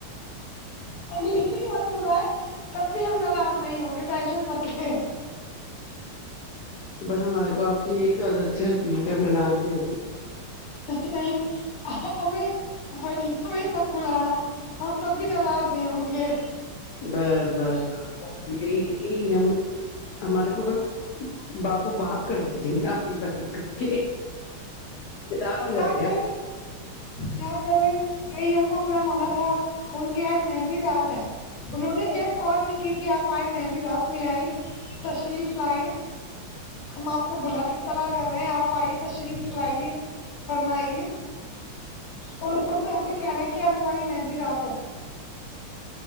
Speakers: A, on the left; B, on the left.
A: اگلی مت ب رہائے تب بھی ہم ناراض نہیں ہوں گے ٹینشن مت لیں
B: بس ہمارے کو آپ کی یہی تعادت اچھی لگتی ہے کہ ہم اپنے ناج نہیں ہوتی
A: نہیں نہیں آپ ہمیں بنی مت بلانا ہم تب بھی ناراض نہیں ہوں گے
B: بس بس یہی یہی ہم ہمارے کو بس با کو بغ کر دیتییں گ ابھی پات کر کے ہو
A: کیا
B: جاتے ہیں
A: کرے کیا کرے کئیوں کو اپنا مانا تھا ان کی آج مہندی رات ہے انہوں نے ایک کال نہیں کی کہ آپ آئے مہندی رات میں آئے تشریف لائے ہم آپ کو بلا اطلاع کر رہے ہیں آپ آئیے تشریف لائیے فرمائیے اور اوپر پہ ہمیں کہہ رہے ہیں کہ آج ہماری مہندی رات ہے